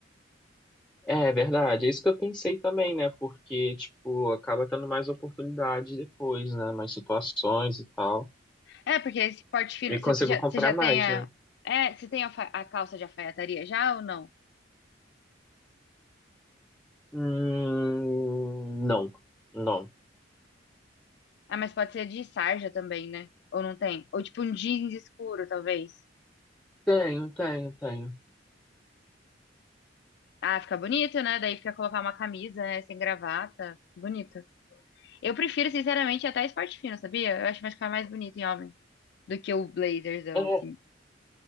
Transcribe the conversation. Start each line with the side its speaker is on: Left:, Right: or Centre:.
Centre: É é verdade, é isso que eu pensei também, né? Porque, tipo, acaba tendo mais oportunidades depois, né? Mais situações e tal.
Left: É, porque esse esporte fino,
Centre: E
Left: você
Centre: consigo
Left: já,
Centre: comprar
Left: você já tem
Centre: mais,
Left: a...
Centre: né?
Left: É, você tem a, fa- a calça de alfaiataria já ou não?
Centre: Hum, não, não.
Left: Ah, mas pode ser de sarja também, né? Ou não tem? Ou, tipo, um jeans escuro, talvez.
Centre: Tenho, tenho, tenho.
Left: Ah, fica bonito, né? Daí fica colocar uma camisa, né? Sem gravata. Bonito. Eu prefiro, sinceramente, até esporte fino, sabia? Eu acho que vai ficar mais bonito em homem do que o blazerzão,
Centre: É,
Left: assim.